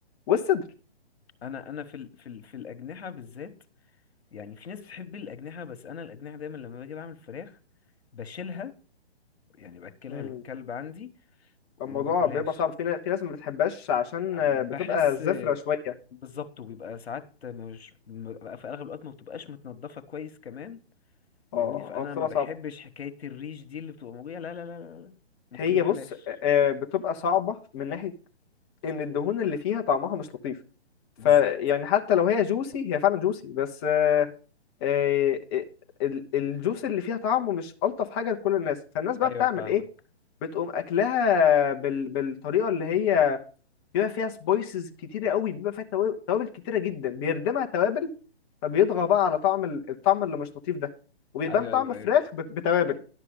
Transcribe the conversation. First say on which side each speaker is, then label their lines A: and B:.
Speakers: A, on the left; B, on the left.
A: والصدر
B: انا انا في ال... في ال... في الاجنحة بالذات يعني في ناس بتحب الاجنحة بس انا الاجنحة دايما لما باجي بعمل فراخ بشيلها يعني باكلها
A: مم.
B: للكلب عندي
A: الموضوع
B: وما باكلهاش
A: بيبقى صعب في نا- في ناس ما بتحبهاش عشان آه،
B: بحس
A: بتبقى زفرة شوية
B: بالظبط وبيبقى ساعات مش بيبقى في اغلب الوقت ما بتبقاش متنضفه كويس كمان
A: اه
B: فاهمني فانا
A: اه بتبقى
B: ما بحبش
A: صعبة
B: حكايه الريش دي اللي بتبقى موجوده لا لا لا لا لا ممكن
A: هي
B: ما اكلهاش
A: بص آه، آه، بتبقى صعبة من ناحية ان الدهون اللي فيها طعمها مش لطيف
B: بالظبط
A: فيعني حتى لو هي جوسي هي فعلا جوسي بس آه، آه، آه، ال- الجوس اللي فيها طعمه مش ألطف حاجة لكل الناس فالناس بقى
B: ايوه
A: بتعمل
B: فاهمك
A: ايه بتقوم اكلها بال... بالطريقة اللي هي بيبقى فيها سبايسز كتيرة قوي بيبقى فيها تواب- توابل كتيرة جدا بيردمها توابل فبيطغى بقى على طعم ال- الطعم اللي مش لطيف ده وبيبان
B: ايوه
A: طعم
B: ايوه
A: فراخ
B: ايوه
A: بت... بتوابل